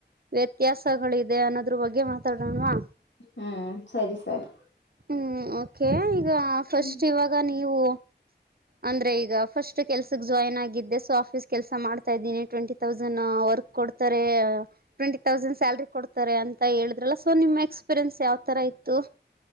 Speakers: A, on the right; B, on the left.
A: ವ್ಯತ್ಯಾಸಗಳಿದೆ ಅನ್ನೋದ್ರ ಬಗ್ಗೆ ಮಾತಾಡೋಣವಾ
B: ಹ್ಮ್ ಸರಿ ಸರಿ
A: ಹ್ಮ್ ಓಕೆ ಈಗ ಫಸ್ಟ್
B: ಹ್ಮ್
A: ಇವಾಗ ನೀವು ಅಂದ್ರೆ ಈಗ ಫಸ್ಟ್ ಕೆಲ್ಸಕ್ ಜಾಯ್ನ್ ಆಗಿದ್ದೆ ಸೊ ಆಫೀಸ್ ಕೆಲ್ಸ ಮಾಡ್ತಾ ಇದ್ದೀನಿ ಟ್ವೆಂಟಿ ತೌಸಂಡ್ ವರ್ಕ್ ಕೊಡ್ತಾರೆ ಟ್ವೆಂಟಿ ತೌಸಂಡ್ ಸ್ಯಾಲರಿ ಕೊಡ್ತಾರೆ ಅಂತ ಹೇಳಿದ್ರಲ್ಲ ಸೊ ನಿಮ್ಮ್ ಎಕ್ಸ್ ಪೀರೆನ್ಸ್ ಯಾವ್ತರ ಇತ್ತು